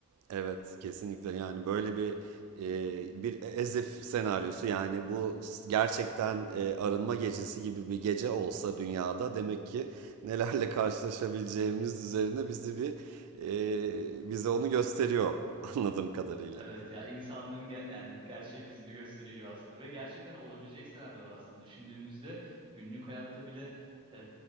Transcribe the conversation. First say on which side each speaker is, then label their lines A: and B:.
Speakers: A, on the right; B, on the right.
A: Evet, kesinlikle. Yani böyle bir e, bir Ezif senaryosu yani bu s- gerçekten e, arınma gecesi gibi bir gece olsa dünyada demek ki nelerle karşılaşabileceğimiz üzerine bizi bir e, bize onu gösteriyor <laughs> anladığım kadarıyla.
B: Evet ya insanlığın ger- yani gerçek yüzünü gösteriyor gibi aslında ve gerçekten olabilecek senaryolar aslında düşündüğümüzde günlük hayatta bile e,